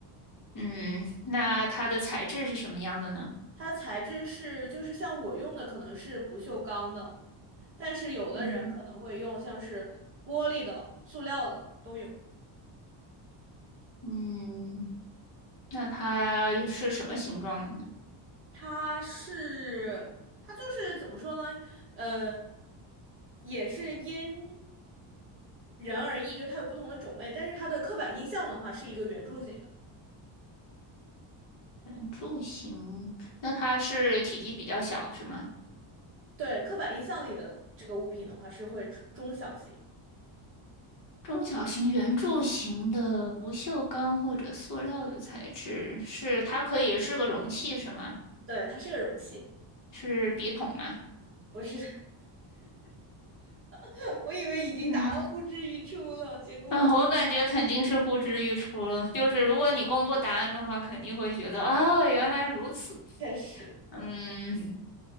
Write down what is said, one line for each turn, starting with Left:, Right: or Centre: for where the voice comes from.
Left: 嗯，那它的材质是什么样的呢？
Right: 它材质是就是像我用的可能是不锈钢的，但是有的人可能会用像是玻璃的、
Left: 嗯。
Right: 塑料的都有。
Left: 嗯，那它是什么形状的呢？
Right: 它是它就是怎么说呢？呃，也是因人而异，就它有不同的种类，但是它的刻板印象的话是一个圆柱形的。
Left: 圆柱形，那它是体积比较小，是吗？
Right: 对，刻板印象里的这个物品的话是会中小型，
Left: 中小型圆柱形的不锈钢或者塑料的材质，是它可以是个容器，是吗？
Right: 对，它是个容器。
Left: 是笔筒吗？
Right: 我是 <laughs> 我以为已经答到呼之欲出了，
Left: 嗯
Right: 结果
Left: <laughs>，啊，我感觉肯定是呼之欲出了。就是如果你公布答案的话，肯定会觉得啊，原来如此。
Right: <laughs> 确实。
Left: 嗯，